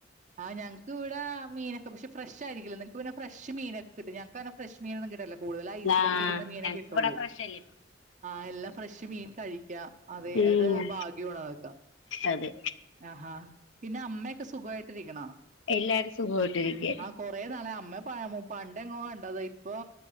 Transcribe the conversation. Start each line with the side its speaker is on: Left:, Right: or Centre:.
Right: ആഹ് ഞങ്ങക്ക് ഇവിടെ മീനൊക്കെ പക്ഷേ ഫ്രഷ് ആയിരിക്കില്ല നിങ്ങക്ക് പിന്നെ ഫ്രഷ് മീനൊക്കെ കിട്ടും ഞങ്ങക്ക് അങ്ങനെ ഫ്രഷ് മീൻ ഒന്നും കിട്ടില്ല കൂടുതൽ ഐസിലൊക്കെയിടുന്ന
Left: ആഹ്
Right: മീനെ
Left: ഞങ്ങക്ക്
Right: കിട്ടുള്ളൂ
Left: ഇവിടെ ഫ്രഷ് അല്ലേ
Right: ആഹ്.. എല്ലാ ഫ്രഷുമീൻ കഴിക്കാം അതെ
Left: ഉം
Right: ഒരു ഭാഗ്യമാണ് അതൊക്കെ
Left: അതെ
Right: ആഹ്.. ഹാ.. പിന്നെ അമ്മയൊക്കെ സുഖമായിട്ടിരിക്കണോ
Left: എല്ലാവരും സുഖമായിട്ടിരിക്കേ
Right: കൊറെ നാളായി അമ്മയെ പണ്ടെങ്ങോ കണ്ടതായിപ്പൊ,